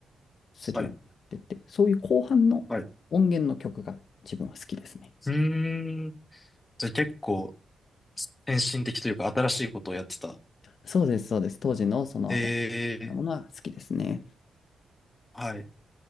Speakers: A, on the left; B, on the left.
A: するようになってって、
B: はい。
A: そういう後半の音源の曲が自分は好きですね。
B: はい。うーん。じゃあ結構、先進的というか新しいことをやってた。
A: そうです、そうです。当時のその新しいものは好きですね。
B: ええはい。